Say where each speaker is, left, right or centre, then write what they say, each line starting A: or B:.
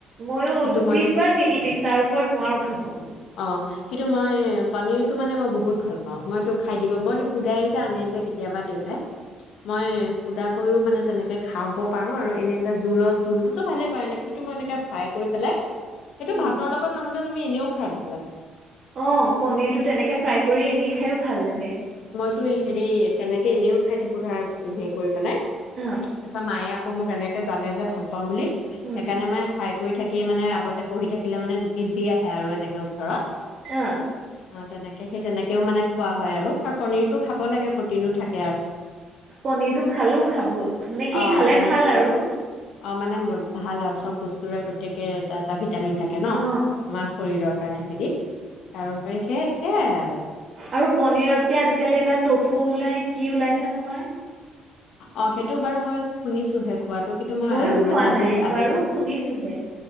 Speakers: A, on the right (about 45°); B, on the left (about 75°).
A: ময়ো
B: কিন্তু
A: দুপিচ
B: মইতো
A: বা তিনি পিচ তাৰ ওপৰত নোৱাৰো খাবো।
B: অ কিন্তু মই পনীৰটো মানে মই বহুত ভাল পাওঁ। মইটো খ খাই দিব, মই সুদাই যে আনে যে কেতিয়া দেউতাই মই সোধাক কৈও মানে তেনেকে খাব পাৰো আৰু এনে হে জোলত জোলটোতো ভালে পায় এ নে কিন্তু মই এনেকে ফ্ৰাই কৰি পেলাই সেইটো
A: উম
B: ভাতৰ লগত নহ'লে তুমি এনেও খাই ভাল লাগে।
A: অ পনিৰটো তেনেকে ফ্ৰাই কৰি দি খাইয়ো ভাল লাগে।
B: তো হেৰি তেনেকে এনেও খাই থাকো ধৱাব হেৰি কৰি পেলাই।
A: অ
B: এছা মায়া কম কানে একে জানে যে ভাল পাওঁ বুলি।
A: উম
B: সেইকাণে মে ফ্ৰাই কৰি থাকিয়ে মানে আগতে পঢ়ি থাকিলে মানে ডুপিচ দি আহে আৰু এনেকে ওচৰত।
A: অ।
B: অ তেনেকে সেই তেনেক কেও মানে খোৱা হয় আৰু পনিৰতটো খাব লাগে প্ৰটিনো থাক
A: পনিৰটো ভালো খাবো মানে কি
B: অ'
A: খালে
B: পনীৰ
A: ভাল আৰু।
B: অ মানে ভাল আৰু চব বস্তুৰে প্ৰত্যেকে এটা এটা ভিত ভিটামিন থাকে ন
A: অ
B: আমাৰ শৰীৰত কাৰণে সি তাৰপৰি সেই, সেয়াই আৰু
A: আৰু পনিৰতকে আজিকালি এটা টফু ওলাই কি ওলাইছে নহয়।
B: অ সেইটো বাৰু মই শুনিছোহে। খোৱাতটো কিন্তু মই
A: ময়ো খোৱা
B: মানে আজি,
A: নাই
B: আজি
A: বাৰু শুনিছোহে